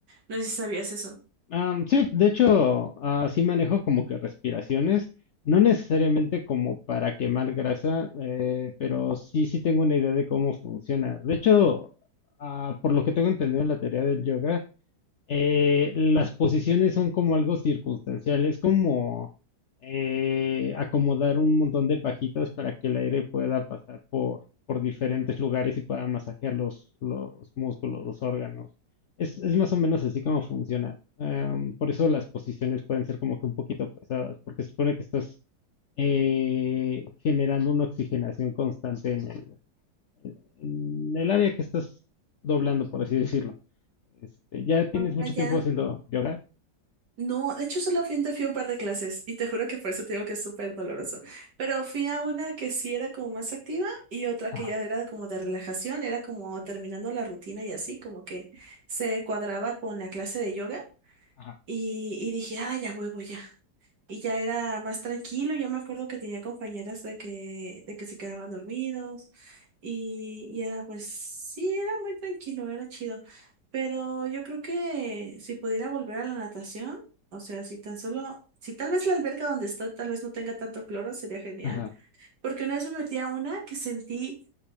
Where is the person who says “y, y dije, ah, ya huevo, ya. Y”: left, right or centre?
Right